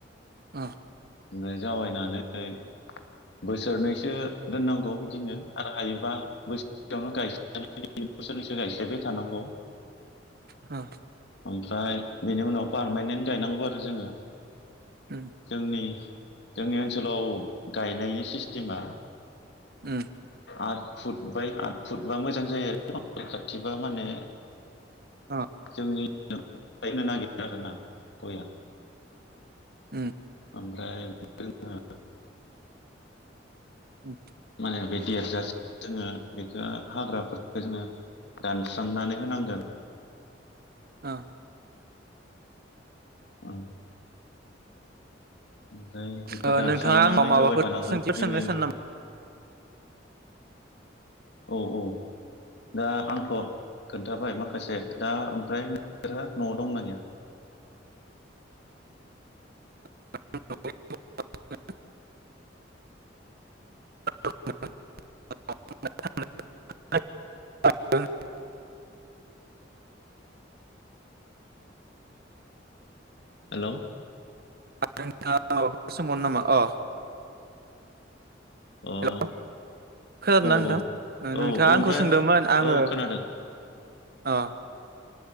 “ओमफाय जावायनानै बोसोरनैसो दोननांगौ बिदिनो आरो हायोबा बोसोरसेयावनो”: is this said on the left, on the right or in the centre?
Left